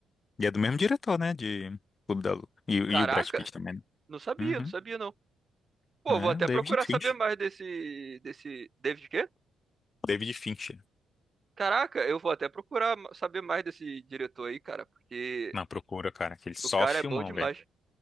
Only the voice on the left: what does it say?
E é do mesmo diretor, né, de Clube da Luta. E, e
o Brad Pitt também, né?
Uhum.
É,
o David
Fincher.
David Fincher.
Na procura, cara, aquele só
filmão,
velho.